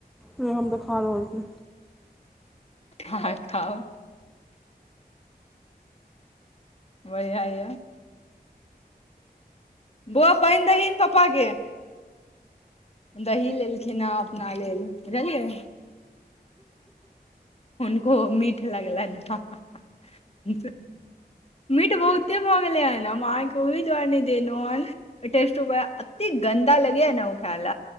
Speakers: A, in the centre; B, on the left (about 40°).
A: नहि हम देखा रहल छी।
B: ह खाउ। बढ़िआँ यऽ। बौ पानि दहीन पप्पा के। दही लेलखिन हेँ अपना लेल <unintelligible> हुनको मीठ लगलैन ह। मिठ बहुते भोगलय हन आहाँ ओहि दुआार नहि देनव हन। टेस्टूप अते गन्दा लगय न ओ ख्यल